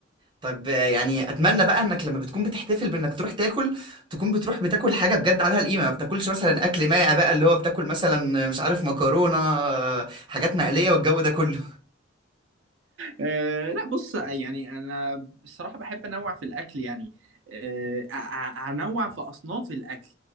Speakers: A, on the right; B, on the right.
A: طب آه، يعني اتمنى بقى انك لما بتكون بتحتفل بانك تروح تاكل تكون بتروح بتاكل حاجه بجد عليها القيمه ما بتاكلش مثلا اكل مائع بقى اللي هو بتاكل مثلا آه، مش عارف مكرونه آه، حاجات مقليه والجو ده كله
B: أه لا بص يعني انا الصراحه بحب انوع في الاكل يعني أه أ- أ- انوع في اصناف الاكل